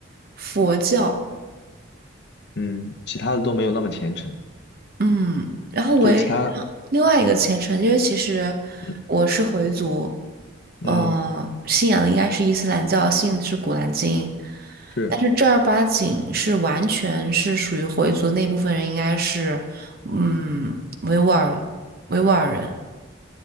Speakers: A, on the right; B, on the left.
A: 佛教，
B: 嗯，其他的都没有那么虔诚，
A: 嗯然后我也
B: 就是其他，
A: 另外一个虔诚，因为其实
B: 嗯
A: 我是回族，
B: 嗯，
A: 呃，信仰的应该是伊斯兰教，信的是《古兰经》，
B: 是，
A: 但是正儿八经是完全是属于回族那部分人，应该是嗯维吾尔维吾尔人，